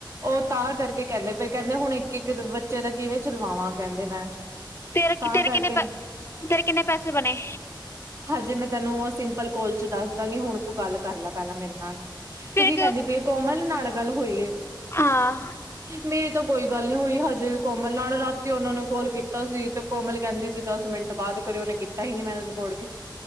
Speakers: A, on the right (about 35°); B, on the left (about 30°).
A: ਉਹ ਤਾਂ ਕਰਕੇ ਕਹਿੰਦੇ ਪਏ ਕਹਿੰਦੇ ਹੁਣ ਇੱਕ-ਇੱਕ ਬੱਚੇ ਦਾ ਕਿਵੇਂ ਚਲਵਾਵਾਂ ਕਹਿੰਦੇ ਮੈਂ
B: ਤੇਰੇ-ਤੇਰੇ
A: ਤਾਂ ਕਰਕੇ
B: ਕਿੰਨੇ ਪੈ ਤੇਰੇ ਕਿੰਨੇ ਪੈਸੇ ਬਣੇ
A: ਹਜੇ ਮੈਂ ਤੈਨੂੰ ਓ ਸਿੰਪਲ ਕੋਲ ਚ ਦਸ ਦਾਂਗੀ। ਹੁਣ ਤੂੰ ਗੱਲ ਕਰ ਲੈ ਪਹਿਲਾਂ ਮੇਰੇ ਨਾਲ।
B: ਫਿਰ
A: ਤੂੰ ਕੀ ਕਹਿੰਦੀ ਪਈ ਕੋਮਲ ਨਾਲ ਗੱਲ ਹੋਈ
B: ਹਾਂ
A: ਮੇਰੀ ਤਾਂ ਕੋਈ ਗੱਲ ਨੀ ਹੋਈ ਹਜੇ ਕੋਮਲ ਨਾਲ ਰਾਤੀ ਉਹਨਾਂ ਨੂੰ ਕੋੋਲ ਕੀਤਾ ਸੀ। ਕੋਮਲ ਕਹਿੰਦੀ ਸੀ ਦਸ ਮਿੰਟ ਬਾਅਦ ਕਰਿ ਓਨੇ ਕੀਤਾ ਹੀ ਨੀ ਮੈਂ ਬੋੜ ਕੇ